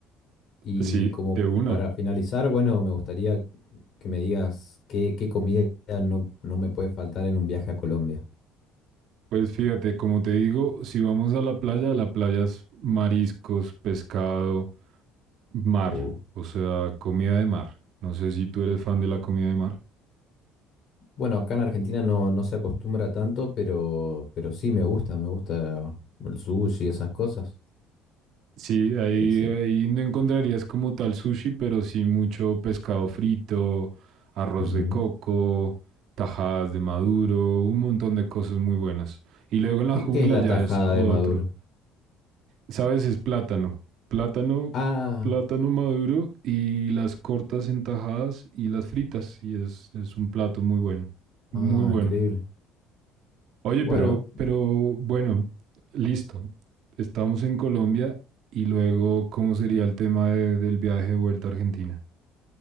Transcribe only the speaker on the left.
Y
como
para finalizar, bueno, me gustaría que me digas qué, qué comida no, no me puede faltar en un viaje a Colombia.
O-
bueno, acá en Argentina no, no se acostumbra tanto, pero, pero sí me gusta, me gusta el sushi y esas cosas.
Excel.
Ujú.
¿Qué,
qué es la
tajada
de Maduro?
Ah.
Ah,
increíble.
Bueno,